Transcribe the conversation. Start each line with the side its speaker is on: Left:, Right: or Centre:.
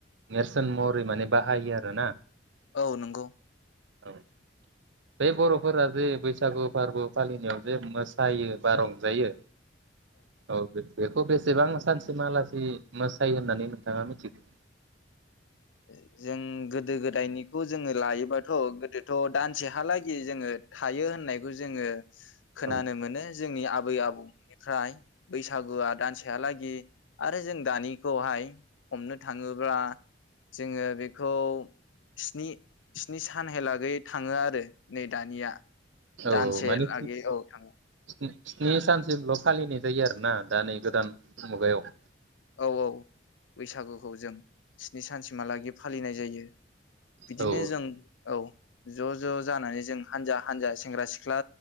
Right: नेरसोन महरै माने बाहायो आरोन
Left: औ नोंगौ।
Right: औ। बै बर'फोरा जे बैसागु फोरबो फालिनायाव जे मोसायो बा रंजायो। औ <unintelligible> बेखौ बेसेबां सानसे मालासि मोसायो होननानै नोंथाङा मिथिगौ
Left: ओ जों गोदो-गोदायनिखौ जोङो लायोबाथ' गोदोथ' दानसेहालागै जोङो हायो होननायखौ जोङो खोनानो
Right: औ
Left: मोनो जोंनि आ आबै आबौमोननिफ्राय बैसागुआ दानसेहालागि आरो जों दानिखौहाय हमनो थाङोब्ला- जोङो बेखौ स्नि- स्नि सानहालागै थाङो आरो आरो नै दानिया
Right: औ
Left: दानसे
Right: माने
Left: लागि औ थाङो।
Right: स्नि स्नि सानसिमल' फालिनाय जायो आरो ना दा नै गोदान मुगायाव।
Left: औ-औ बैसागुखौ जों- स्नि सानसिमहालागै फालिनाय जायो। बिदिनो
Right: औ औ
Left: जों औ ज' ज' जानानै जों हानजा-हानजा सेंग्रा-सिख्ला